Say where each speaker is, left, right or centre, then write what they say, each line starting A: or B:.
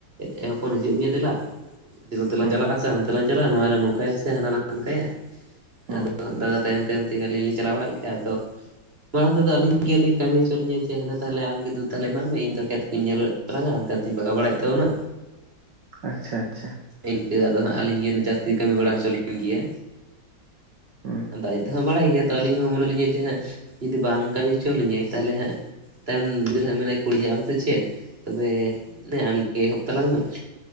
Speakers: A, on the right; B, on the right.
A: ᱮᱼᱮ ᱦᱚᱯᱚᱱ ᱦᱤᱡᱩᱜ ᱢᱮᱭᱟ ᱫᱮᱞᱟ ᱱᱚᱛᱮ ᱞᱟᱝ
B: ᱦᱩᱸ
A: ᱪᱟᱞᱟᱜ-ᱟ ᱥᱮ ᱦᱟᱱᱛᱮ ᱞᱟᱝ ᱪᱟᱞᱟᱜ-ᱟ ᱱᱚᱣᱟ ᱞᱟᱝ ᱱᱚᱝᱠᱟᱭᱟ ᱥᱮ ᱦᱟᱱᱟ ᱞᱟᱝ ᱦᱟᱱᱠᱟᱭᱟ,
B: ᱦᱩᱸ
A: ᱟᱫᱚ ᱫᱟᱫᱟ ᱛᱟᱭᱚᱢ ᱛᱟᱭᱚᱢ ᱛᱮᱜᱮ ᱟᱹᱞᱤᱧ ᱞᱤᱧ ᱪᱟᱞᱟᱣ ᱵᱟᱲᱟᱜ ᱜᱮᱭᱟ ᱟᱫᱚ ᱢᱟᱲᱟᱝ ᱛᱮᱫᱚ ᱟᱞᱤᱧ ᱜᱮ ᱩᱱᱤ ᱠᱟᱹᱢᱤ ᱦᱚᱪᱚ ᱞᱤᱧᱟ ᱡᱮ ᱦᱮᱱᱮ ᱛᱟᱦᱟᱞᱮ ᱟᱢ ᱜᱮ ᱫᱩ ᱛᱟᱦᱚᱞᱮ ᱮᱢᱟᱜ ᱢᱮ ᱤᱧ ᱠᱷᱮᱛ ᱠᱚᱧ ᱧᱮᱞ ᱛᱟᱞᱟᱝᱟ ᱦᱟᱱᱛᱮ ᱱᱟᱛᱮ ᱵᱟᱜᱟᱣ ᱵᱟᱲᱟᱭᱮᱜ ᱛᱟᱵᱚᱱᱟ᱾
B: ᱟᱪᱪᱷᱟ ᱟᱪᱪᱷᱟ,
A: ᱤᱱᱠᱟᱹ ᱟᱫᱚ ᱦᱟᱸᱜ ᱟᱹᱞᱤᱧ ᱜᱮ ᱡᱟᱹᱥᱛᱤ ᱠᱟᱹᱢᱤ ᱵᱟᱲᱟ ᱦᱚᱪᱚ ᱞᱤᱧ ᱜᱮᱭᱟ᱾
B: ᱦᱩᱸ
A: ᱟᱫᱚ ᱟᱡ ᱫᱚ ᱦᱟᱸᱜ ᱵᱟᱲᱟᱭ ᱜᱮᱭᱟᱛ ᱛᱚ ᱟᱹᱞᱤᱧ ᱦᱚᱸ ᱢᱚᱱᱮ ᱞᱤᱧᱟᱹᱭ ᱡᱮ ᱦᱟᱸᱜ ᱡᱩᱫᱤ ᱵᱟᱝ ᱠᱟᱹᱢᱤ ᱦᱚᱪᱚ ᱞᱤᱧᱟᱭ ᱛᱟᱦᱟᱞᱮ ᱦᱟᱸᱜ, ᱛᱟᱭᱚᱢ ᱵᱤᱫᱟᱹᱞ ᱦᱟᱸᱜ ᱢᱮᱱᱟᱭ ᱠᱩᱲᱤᱭᱟ ᱟᱢ ᱥᱮ ᱪᱮᱜ ᱛᱚᱵᱮ ᱚᱱᱮ ᱟᱢᱜᱮ ᱮᱦᱚᱵ ᱛᱟᱞᱟᱝ ᱢᱮ᱾